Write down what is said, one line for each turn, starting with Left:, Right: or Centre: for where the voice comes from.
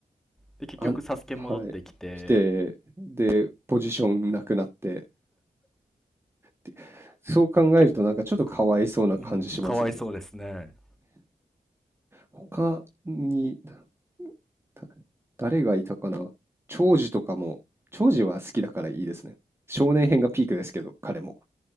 Centre: で、結局、
Right: あんはい。
Centre: サスケ戻ってきて、
Right: 来て、で、ポジションなくなって、って、そう考えるとなんかちょっとかわいそうな感じしますね。
Centre: 結構、うん、かわいそうですね。
Right: 他に、なだ誰がいたかな。長司とかも、長司は好きだからいいですね。少年編がピークですけど、彼も。